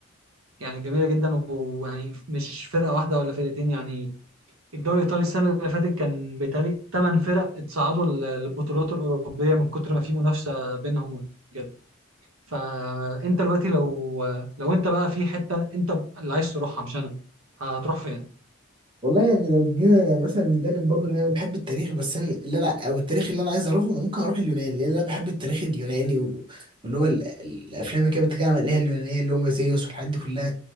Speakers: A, on the right; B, on the right.
A: يعني جميله جدا ويعني مش فرقه واحده ولا فرقتين يعني الدوري الايطالي السنه اللي فاتت كان بيتهيألي ثمان فرق اتصعدوا للبطولات الاوروبيه من كتر ما في منافسه بينهم وكده فانت دلوقتي لو لو انت بقى في حته انت اللي عايز تروحها مش انا هتروح فين؟
B: والله يعني لو جينا مثلا من جانب برضه اللي انا بحب التاريخ بس انا اللي انا او التاريخ اللي انا عايز اعرفه ممكن اروح اليونان لان انا بحب التاريخ اليوناني و- واللي هو ال- الافلام اللي كانت بتتكلم عليها اليونانيه اللي هم زيوس والحاجات دي كلها